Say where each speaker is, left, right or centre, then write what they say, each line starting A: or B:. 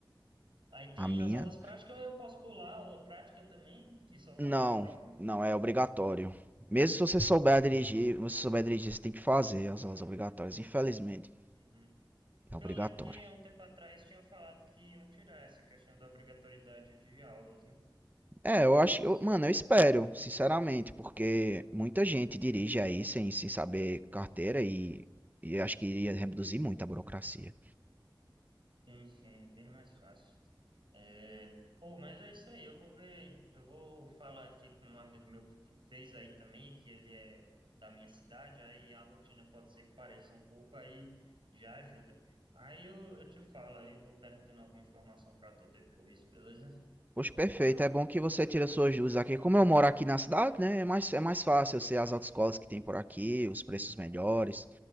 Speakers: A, on the right; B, on the right.
A: Aí tem
B: A minha,
A: as aulas práticas, eu posso pular a aula prática também e só
B: não,
A: fazer a prova.
B: não é obrigatório. Mesmo se você souber dirigir, se você souber dirigir, você tem que fazer as aulas obrigatórias. Infelizmente,
A: Uhum. Porque
B: é obrigatório.
A: eu lembro que há um tempo atrás tinham falado que iam tirar essa questão da obrigatoriedade de aulas, né?
B: É, eu
A: Práticas.
B: acho, eu, mano, eu espero, sinceramente, porque muita gente dirige aí sem, sem saber carteira e, e acho que iria reduzir muito a burocracia.
A: Sim, sim, é bem mais fácil. É, pô, mas é isso aí. Eu vou ver, eu vou falar aqui com um amigo meu que fez aí também, que ele é da minha cidade, aí a rotina pode ser que pareça um pouco, aí já ajuda. Aí eu, eu te falo aí, vou perguntando alguma informação para tu depois, beleza?
B: Poxa, perfeito, é bom que você tira suas dúvidas aqui. Como eu moro aqui na cidade, né, é mais, é mais fácil eu sei as autoescolas que tem por aqui, os preços melhores,